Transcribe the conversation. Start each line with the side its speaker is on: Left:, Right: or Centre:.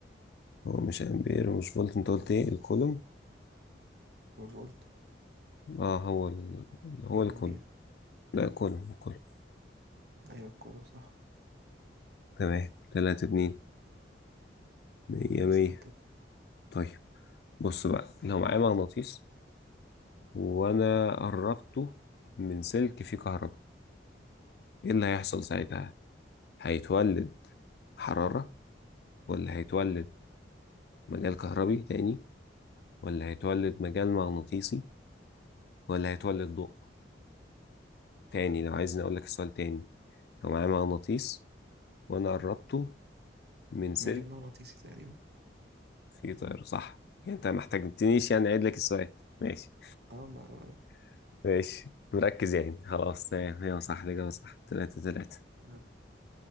Left: هو مش امبير ومش فولت انت قلت ايه الكولوم
Right: والفولت
Left: اه هو ال... هو
Right: والأمبير
Left: الكولوم لا كولوم كولوم
Right: أيوة الكولوم صح
Left: تمام تلاتة اتنين مية مية
Right: اسأل كده
Left: طيب بص بقى لو معايا مغناطيس وانا قربته من سلك فيه كهرباء ايه اللي هيحصل ساعتها هيتولد حرارة ولا هيتولد مجال كهربي تاني ولا هيتولد مجال مغناطيسي ولا هيتولد ضوء تاني لو عايزني أقول لك السؤال تاني لو معايا مغناطيس وأنا قربته من سلك
Right: مجال مغناطيسي تقريبا
Left: في طير صح يعني أنت ما احتاجتنيش
Right: صح
Left: يعني أعيد لك السؤال ماشي
Right: اه ما ما-
Left: <laughs> ماشي مركز يعني خلاص تمام هي صح الإجابة صح تلاتة تلاتة
Right: آه.